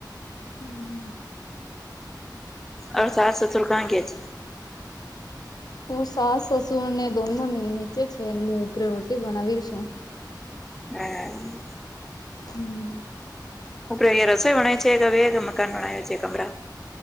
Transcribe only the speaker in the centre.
અ સાત સસુર કયા ગીયે છે.
હે
આપડે અહીંયા રસોઈણાય છે, કે હવે મકાન ભણાય છે, ગમરા